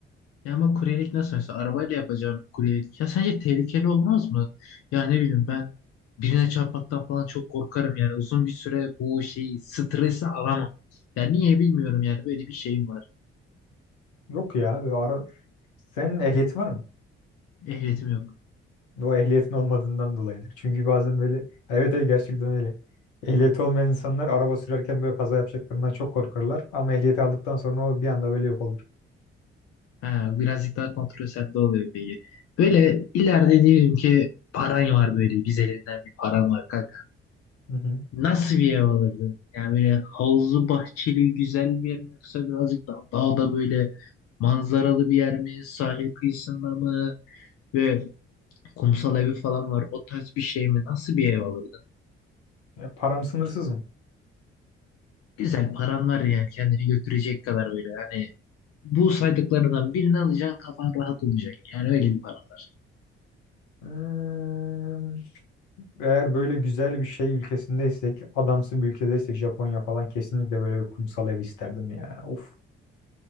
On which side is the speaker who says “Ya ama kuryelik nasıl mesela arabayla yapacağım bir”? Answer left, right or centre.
Left